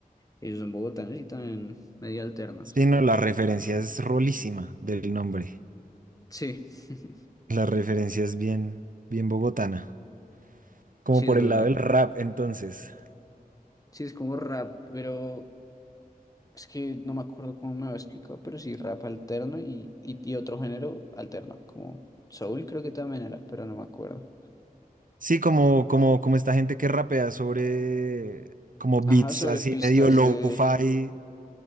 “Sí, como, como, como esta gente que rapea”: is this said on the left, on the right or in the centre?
Right